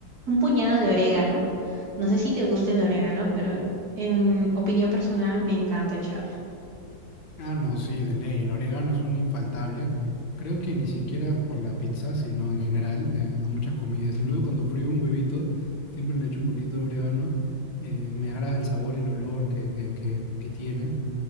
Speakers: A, on the right; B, on the left.
A: un puñado de orégano. No sé si te gusta el orégano, pero en opinión personal me encanta echarlo.
B: Ah, no, sí, de ley. El orégano es un infaltable. Creo que ni siquiera por la pizza, sino en general, eh, a muchas comidas. Incluso cuando frío un huevito, siempre le echo un poquito de orégano. Eh, me agrada el sabor, el olor que, que, que, que tiene.